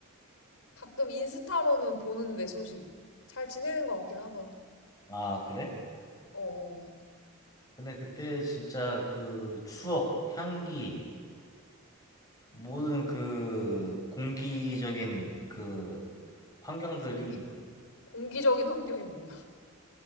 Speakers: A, on the left; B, on the left.
A: 가끔 인스타로는 보는데 소식. 잘 지내는 것 같긴 하더라.
B: 아, 그래?
A: 어.
B: 근데 그때 진짜 그 추억, 향기, 모든 그 공기적인 그 환경들이
A: 공기 공기적인 환경이 뭐야? <laughs>